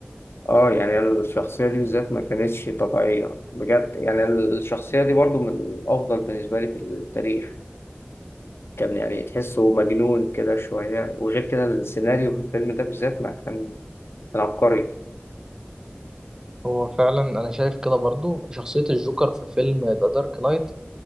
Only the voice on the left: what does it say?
اه يعني الشخصيه دي بالذات ما كانتش طبيعيه بجد يعني الشخصيه دي برضو من افضل بالنسبه لي في التاريخ كان يعني تحسه مجنون كده شويه وغير كده السيناريو في الفيلم ده بالذات ما كان كان عبقري